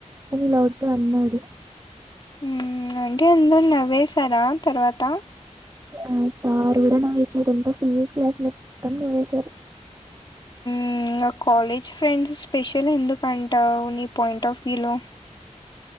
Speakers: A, on the right; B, on the left.
A: అని లౌడ్‌గా అన్నాడు
B: ఉమ్మ్మ్ అంటే అందరూ నవ్వేేశారా తర్వాత
A: ఆ సారు కూడా నవ్వేశాడు అంతా ఫుల్ క్లాస్ మొత్తం నవ్వేసారు. <inaudible>
B: ఉమ్మ్ ఇంగ కాలేజ్ ఫ్రెండ్స్ స్పెషల్ ఎందుకుంటావు నీ పాయింట్ ఆఫ్ వ్యూలో